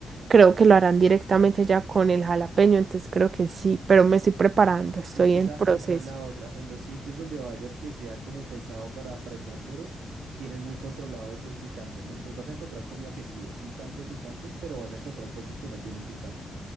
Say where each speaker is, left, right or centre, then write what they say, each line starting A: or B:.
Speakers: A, on the right; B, on the right.
A: creo que lo harán directamente ya con el jalapeño, entonces creo que sí, pero me estoy preparando, estoy
B: Y es que
A: en
B: esa,
A: proceso.
B: esa es la otra. En los sitios donde vayas que sea como pensado para, para extranjeros, tienen muy controlado eso del picante, ¿no? Entonces vas a encontrar comida que sí es picante, picante, pero vas a encontrar cosas que no tienen picante.